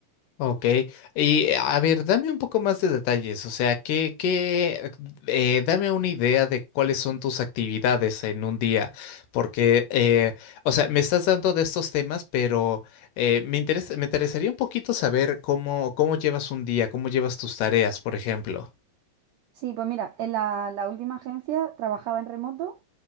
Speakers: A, on the left; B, on the right.
A: Ok, y eh, a ver, dame un poco más de detalles, o sea, qué, que, dame una idea de cuáles son tus actividades en un día, porque, eh, o sea, me estás dando de estos temas, pero eh, me interesa, me interesaría un poquito saber cómo, cómo llevas un día, cómo llevas tus tareas, por ejemplo.
B: Sí, pues mira, en la, la última agencia trabajaba en remoto